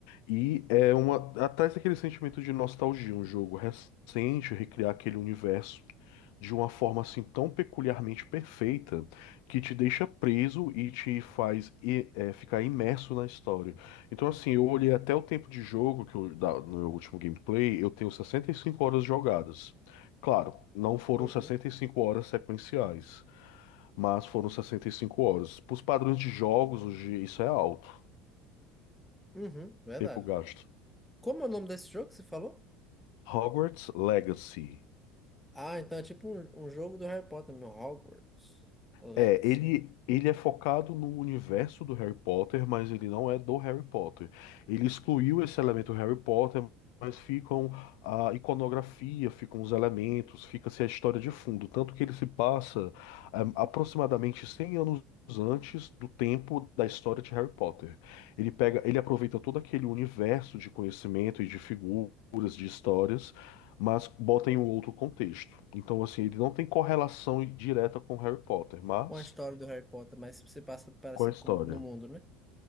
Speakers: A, on the left; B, in the centre.
A: E é uma. Atrás daquele sentimento de nostalgia, um jogo recente, recriar aquele universo de uma forma assim tão peculiarmente perfeita que te deixa preso e te faz i- é, ficar imerso na história. Então, assim, eu olhei até o tempo de jogo que eu, da- no meu último gameplay, eu tenho 65 horas jogadas. Claro, não foram
B: Uhum.
A: 65 horas sequenciais mas foram 65 horas. Para os padrões de jogos, hoje isso é alto,
B: Uhum, verdade.
A: tempo gasto.
B: Como é o nome desse jogo que você falou?
A: Hogwarts Legacy.
B: Ah, então é tipo um, um jogo do Harry Potter, meu Hogwarts Legacy.
A: É, ele, ele é focado no universo do Harry Potter, mas ele não é do Harry Potter. Ele excluiu esse elemento Harry Potter, mas ficam a iconografia, ficam os elementos, fica-se a história de fundo. Tanto que ele se passa eh, aproximadamente 100 anos antes do tempo da história de Harry Potter. Ele pega, ele aproveita todo aquele universo de conhecimento e de figuras, de histórias, mas bota em um outro contexto. Então, assim, ele não tem correlação direta com Harry Potter, mas
B: Uma história do Harry Potter, mas se passa parecido
A: com a história.
B: com, o mu- no mundo, né?